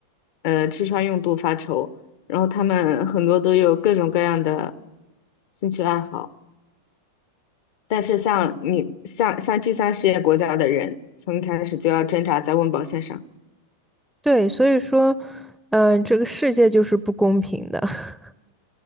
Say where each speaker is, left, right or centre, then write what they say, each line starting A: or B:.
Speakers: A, on the left; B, in the centre.
A: 呃，吃穿用度发愁。然后他们很多都有各种各样的兴趣爱好，但是像你像像第三世界国家的人，从一开始就要挣扎在温饱线上。
B: 对，所以说，嗯、这个世界就是不公平的。<laughs>